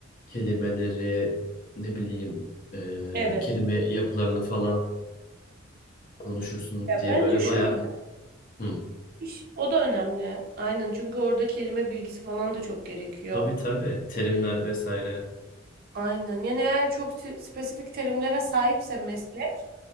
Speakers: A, on the left (about 45°); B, on the right (about 50°).
A: kelimeleri ne bileyim e,
B: Evet.
A: kelime yapılarını falan konuşursunuz
B: Ya
A: diye
B: bence
A: böyle
B: şöyle
A: bayağı hı,
B: iş o da önemli. Aynen çünkü orada kelime bilgisi falan da çok gerekiyor.
A: tabii tabii terimler vesaire.
B: Aynen. Yani eğer çok si- spesifik terimlere sahipse meslek